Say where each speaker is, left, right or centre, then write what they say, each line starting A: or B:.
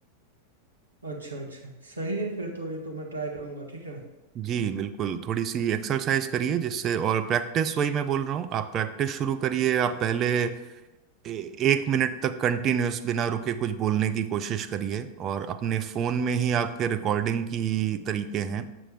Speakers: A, on the right (about 80°); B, on the right (about 30°).
A: अच्छा अच्छा सही है फिर तो ये तो मैं ट्राई करूंगा ठीक है
B: जी बिल्कुल थोड़ी सी एक्सरसाइज करिए जिससे और प्रैक्टिस वही मैं बोल रहा हूँ आप प्रैक्टिस शुरू करिए आप पहले ए- एक मिनट तक कंटिन्यूअस बिना रुके कुछ बोलने की कोशिश करिए और अपने फोन में ही आपके रिकॉर्डिंग की तरीके हैं